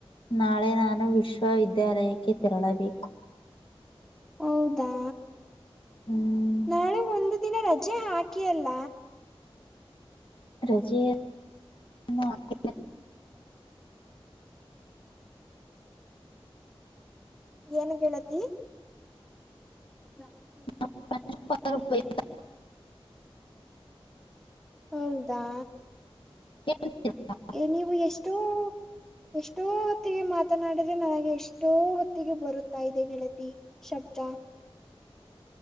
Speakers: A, on the left; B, in the centre.
A: ನಾಳೆ ನಾನು ವಿಶ್ವವಿದ್ಯಾಲಯಕ್ಕೆ ತೆರಳಬೇಕು.
B: ಹೌದಾ
A: ಹ್ಮ್
B: ನಾಳೆ ಒಂದು ದಿನ ರಜೆ ಹಾಕಿ ಅಲ್ಲ.
A: ರಜೆ ಇನ್ನು ಆಗಿಲ್ಲ.
B: ಹ್ಮ್ ಏನು ಗೆಳತಿ. <inaudible>
A: <unintelligible>
B: ಹೌದಾ
A: ಕೇ ಳ. <inaudible>
B: ಎ ನೀವು ಎಷ್ಟೋ. ಎಷ್ಟೋ ಹೊತ್ತಿಗೆ ಮಾತನಾಡಿದ್ರೆ ನನಗೆ ಎಷ್ಟೋ ಹೊತ್ತಿಗೆ ಬರುತ್ತಾ ಇದೆ ಗೆಳತಿ. ಶಬ್ದ.